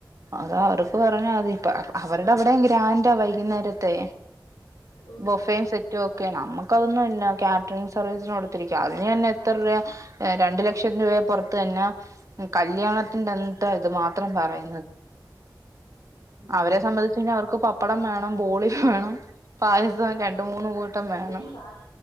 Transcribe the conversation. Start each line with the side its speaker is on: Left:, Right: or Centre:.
Right: അതാ അവർക്ക് പറഞ്ഞാ അതി ഇപ്പ അവരുടെ അവിടെം ഗ്രാൻ്റാ വൈകുന്നേരത്തെ
Left: ഉം
Right: ബൊഫയും സെറ്റും ഒക്കെയാ നമ്മുക് ക്കൊതുന്നുല്ല കാറ്ററിംഗ് സർവീസിനോട് അതിനന്നെ എത്ര രൂപയാ രണ്ട് ലക്ഷത്തിന് പുറത്തന്ന കല്യാണത്തിന്റെന്നത്തെ ഇത് മാത്രം പറയി
Left: ഉം
Right: അവരെ സംബന്ധിച്ച് പിന്നെ അവർക്ക് പപ്പടം വേണം ബോളി വേണം പായസം രണ്ട് മൂന്ന് കൂട്ടം വേണം
Left: ഇവര് ഈ വാശി